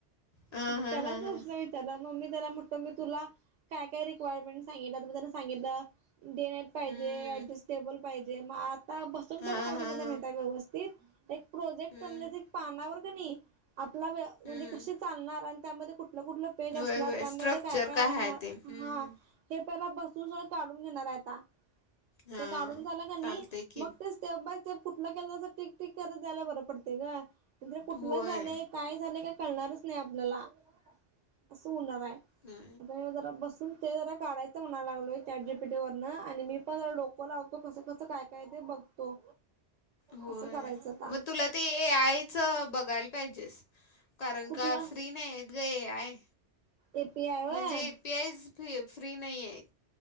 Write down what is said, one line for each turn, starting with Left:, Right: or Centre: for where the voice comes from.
Left: हा हा
Right: त्यालाच
Left: हा हा
Right: असण त्याला मग मी त्याला म्हटत मी तुला काय काय रिक्वायरमेंट सांगितलं त त्याला सांगितलं डेनाईट पाहिजे
Left: हम्म
Right: ऍडजस्टेबल पाहिजे मग आता बसून
Left: हा
Right: पला काय
Left: हा
Right: कर
Left: हा
Right: माहिताय व्यवस्थित. एक प्रोजेक्ट
Left: हम्म
Right: म्हणजे एक पानावर क नाही आपला म्हणजे
Left: हम्म
Right: कसे चालणार आणि त्यामध्ये कुठ कुठकुठल पेज
Left: होय
Right: असणार
Left: होय
Right: त्यामध्ये
Left: स्ट्रक्चर
Right: काय काय असणार
Left: आहे ते हम्म
Right: हा. हे पहिला बसून स काढून घेणार आता
Left: हा
Right: ते काढून झालं क नाही
Left: चालतय की
Right: मग तेच ते बा सप कुठलं केलंं टक टक करत जायला बरं पडतेय का म्हे कुठलं
Left: होय
Right: झालंय काय झा का कळणारच नाही आपल्याला असं होणार आहे.
Left: हा.
Right: जरा बसून ते जरा काढायचं म्हणा लालय चॅटजीबीटी वरन आणि मी पण जरा डोक ो लावतो कसं कसं काय काय ते बघतो
Left: होय
Right: असं करायचं आता
Left: मग तुला ते आ आई च बघायला पाहिजेस कारण
Right: कुठला
Left: का फ्री नाही य इ आई.
Right: एपी आय व्हय
Left: म्हणजे एपीआय फ फ्री नाही आहेत.